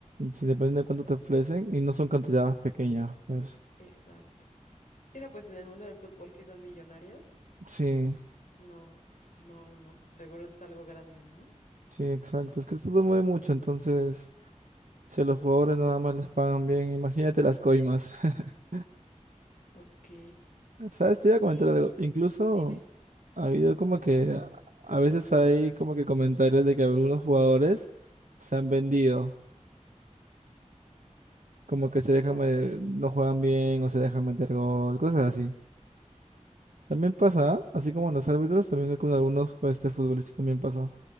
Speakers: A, on the right; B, on the left.
A: si depende de cuánto te ofrecen y no son cantidades pequeñas, pues.
B: Exacto. Sí, no, pues en el mundo del fútbol que son millonarios,
A: Sí,
B: no, no, no, no. Seguro es algo grande, ¿no?
A: sí, exacto. Es que el fútbol mueve mucho, entonces, si a los jugadores nada más les pagan bien, imagínate las coimas. <laughs>
B: Ok.
A: ¿Sabes? Te iba a comentar
B: Y
A: algo. Incluso
B: dime,
A: ha habido como que a a veces hay como que comentarios de que algunos jugadores se han vendido, como que se dejan,
B: ok.
A: me- no juegan bien o se dejan meter gol, cosas así. También pasa, ¿ah? así como en los árbitros, también con algunos pues, este, futbolistas también pasó.